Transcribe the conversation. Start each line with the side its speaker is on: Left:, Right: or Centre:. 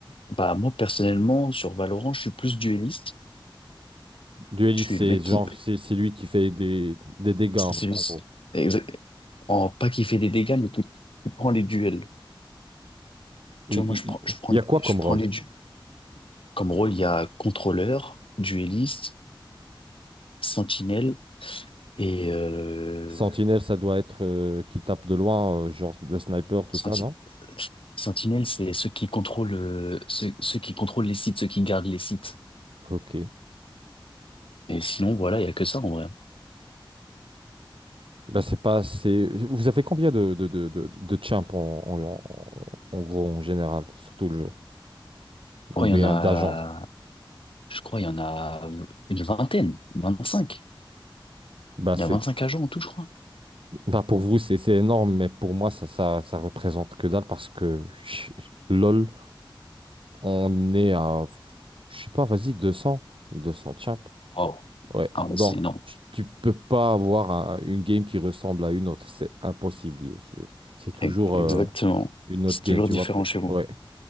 Left: Bah, moi, personnellement, sur Valorant, je suis plus duelliste.
Right: Dueliste,
Left: Je suis
Right: c'est
Left: le mec
Right: genre,
Left: qui...
Right: c'est c'est lui qui fait des, des dégâts,
Left: C'est
Right: en
Left: celui...
Right: en gros.
Left: exact- en- pas qui fait des dégâts, mais qui, qui prend les duels. Tu
Right: Et Il
Left: vois, moi, je prends,
Right: il-
Left: je prends,
Right: il y a quoi
Left: je
Right: comme
Left: prends
Right: rôle?
Left: les duels. Comme rôle, il y a contrôleur, duelliste, sentinelle et euh,
Right: Sentinelle, ça doit être euh, qui tape de loin, euh, genre le sniper, tout
Left: Senti-
Right: ça, non?
Left: Sentinelle, c'est ceux qui contrôlent, euh, ceux, ceux qui contrôlent les sites, ceux qui gardent les sites.
Right: Ok.
Left: Et sinon, voilà, il y a que ça en vrai. Je
Right: Bah, c'est pas assez. Vous avez combien de, de, de, de, de champs en, en, en- en gros, en général, sur tout le jeu?
Left: crois
Right: Ou
Left: il
Right: bien
Left: y en a,
Right: d'agents?
Left: je crois il y en a une vingtaine, 25.
Right: Bah,
Left: Il
Right: c'est,
Left: y a 25 agents en tout, je crois.
Right: bah, pour vous, c'est c'est énorme, mais pour moi, ça, ça, ça représente que dalle parce que ch- LOL, on est à, je sais pas, vas-y, deux cents deux cents champs.
Left: Wow.
Right: Ouais,
Left: Ah
Right: donc
Left: ouais, c'est énorme.
Right: tu, tu peux pas avoir un- une game qui ressemble à une autre, c'est impossible. C'est c'est toujours
Left: E- Exactement.
Right: euh, une
Left: C'est
Right: autre game,
Left: toujours
Right: tu
Left: différent
Right: vois le truc.
Left: chez vous.
Right: Ouais.